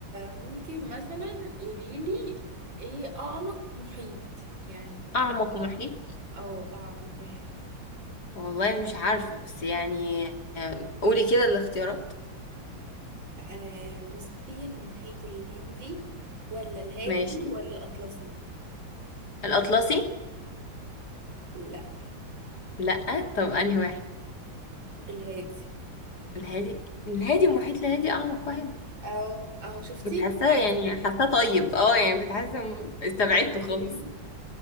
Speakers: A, on the right; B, on the left.
A: ممكن مثلا قولي لي ايه اعمق محيط يعني
B: اعمق
A: أك-
B: محيط
A: او اعمق واحد
B: والله مش عارفه بس يعني آم، قولي كده الاختيارات
A: آه بصي المحيط الهندي ولا الهادي
B: ماشي
A: ولا الاطلسي
B: الأطلسي
A: لا
B: لأ طب أنهي واحد
A: الهادي
B: الهادي الهادي المحيط الهادي أعمق واحد
A: او اهو شفتي
B: كنت حاسة
A: عارفة.
B: يعني حاسة طيب اه يعني كنت حاسة م- استبعدته خالص
A: <laughs>